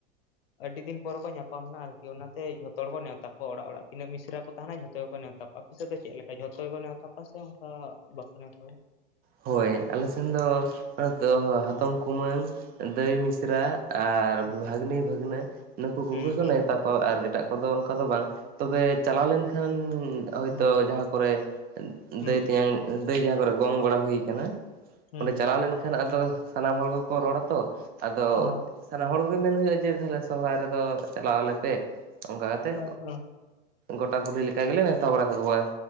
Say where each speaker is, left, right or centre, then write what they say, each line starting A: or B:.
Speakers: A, on the left (about 75°); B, on the right (about 30°).
A: ᱟᱹᱰᱤ ᱫᱤᱱ ᱯᱚᱨᱮ ᱠᱚ ᱧᱟᱯᱟᱢᱱᱟ ᱟᱨᱠᱤ ᱚᱱᱟᱛᱮ ᱡᱷᱚᱛᱚ ᱦᱚᱲ ᱠᱚ ᱱᱮᱣᱛᱟ ᱠᱚᱣᱟ ᱚᱲᱟᱜ ᱚᱲᱟᱜ ᱛᱤᱱᱟᱹ ᱢᱤᱥᱨᱟ ᱠᱚ ᱛᱟᱦᱮᱱᱟ ᱡᱷᱚᱛᱚ ᱜᱮᱠᱚ ᱱᱮᱣᱛᱟ ᱠᱚᱣᱟ ᱟᱯᱮ ᱥᱮᱫ ᱫᱚ ᱪᱮᱫ ᱞᱮᱠᱟ ᱡᱷᱚᱛᱚ ᱜᱮ ᱠᱚ ᱱᱮᱣᱛᱟ ᱠᱚᱣᱟ ᱥᱮ ᱚᱱᱠᱟ ᱵᱟᱠᱚ ᱱᱮᱣᱛᱟ ᱠᱚᱣᱟ?
B: ᱦᱳᱭ ᱟᱞᱮᱥᱱ ᱫᱚ ᱦᱟᱛᱚᱢ ᱠᱩᱢᱟᱹᱝ ᱫᱟᱹᱭ ᱢᱤᱥᱨᱟ ᱟᱨ
A: ᱦᱩᱸ
B: ᱵᱷᱟᱹᱜᱽᱱᱤ ᱵᱷᱟᱜᱽᱱᱹᱟ ᱱᱩᱠᱩ ᱠᱚᱜᱮ
A: ᱦᱩᱸ ᱦᱩᱸ
B: ᱱᱮᱣᱛᱟ ᱟᱨ ᱮᱴᱟᱜ ᱠᱚᱫᱚ ᱚᱱᱠᱟ ᱫᱚ ᱵᱟᱝ ᱛᱚᱵᱮ ᱪᱟᱞᱟᱣ ᱞᱮᱱᱠᱷᱟᱱ ᱦᱚᱭᱛᱳ
A: ᱦᱩᱸ
B: ᱡᱟᱦᱟᱸ ᱠᱚᱨᱮ
A: ᱦᱩᱸ
B: ᱫᱟᱹᱭ ᱛᱮᱧᱟᱝ ᱫᱟᱹᱭ ᱡᱟᱦᱟᱸ ᱠᱚᱨᱮ ᱜᱚᱝ ᱜᱚᱲᱟ ᱦᱩᱭ ᱠᱟᱱᱟ
A: ᱦᱩᱸ
B: ᱚᱸᱰᱮ
A: ᱦᱩᱸ
B: ᱪᱟᱞᱟᱣ ᱞᱮᱱᱠᱷᱟᱱ ᱮᱱᱠᱷᱟᱱ ᱟᱫᱚ ᱥᱟᱱᱟᱢ ᱦᱚᱲ ᱜᱮᱠᱚ ᱨᱚᱲᱟ ᱛᱚ ᱟᱫᱚ
A: ᱟ
B: ᱛᱟᱦᱚᱞᱮ ᱦᱚᱲ ᱠᱚᱜᱮ ᱢᱮᱱ ᱦᱳᱭᱳᱜᱼᱟ ᱡᱮ ᱛᱟᱦᱞᱮ ᱥᱚᱦᱨᱟᱭ ᱨᱮᱫᱚ ᱪᱟᱞᱟᱣ ᱟᱞᱮ ᱯᱮ ᱚᱱᱠᱟ ᱠᱟᱛᱮᱫ
A: ᱦᱮᱸ ᱦᱮᱸ
B: ᱜᱚᱴᱟ ᱠᱩᱞᱦᱤ ᱞᱮᱠᱟ ᱜᱮᱞᱮ ᱱᱮᱣᱛᱟ ᱵᱟᱲᱟ ᱠᱟᱠᱚᱣᱟ